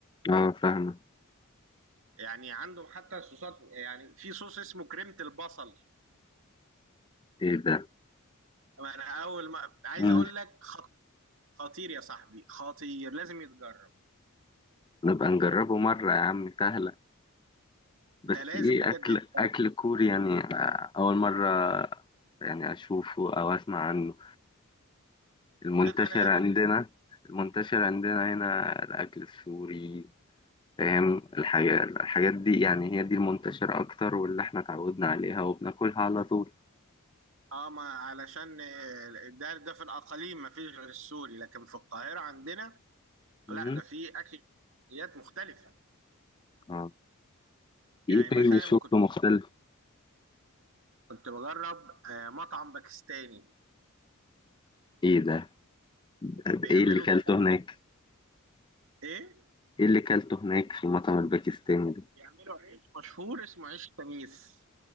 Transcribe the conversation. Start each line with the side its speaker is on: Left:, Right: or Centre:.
Left: آه فاهمة
Right: يعني عندهم حتى الصوصات يعني في صوص اسمه كريمة البصل
Left: إيه ده؟
Right: انا اول ما عايز
Left: مم.
Right: اقول لك خط... خطير يا صاحبي خطير لازم يتجرب
Left: نبقى نجربه مرة يا عم سهلة بس
Right: ده لازم
Left: إيه
Right: بجد
Left: أكل
Right: يتجرب
Left: أكل كوري يعني آه، أول مرة يعني أشوفه أو أسمع عنه المنتشر
Right: لا انا دايما
Left: عندنا المنتشر عندنا هنا الأكل السوري فاهم الحاجة الحاجات دي يعني هي دي المنتشرة أكتر واللي إحنا اتعودنا عليها وبناكلها على طول
Right: اه ما علشان آه، ده ده في الاقاليم ما فيش غير السوري لكن في القاهره عندنا
Left: مم.
Right: لا ده في اكلات مختلفه
Left: آه.
Right: يعني
Left: إيه تاني
Right: مثلا
Left: شفته
Right: كنت
Left: مختلف؟
Right: كنت بجرب آه، مطعم باكستاني
Left: إيه ده؟ طب
Right: بيعملوا
Left: إيه اللي كلته
Right: طبق
Left: هناك؟
Right: ايه
Left: إيه اللي كلته هناك في المطعم الباكستاني ده؟
Right: بيعملوا عيش مشهور اسمه عيش تميس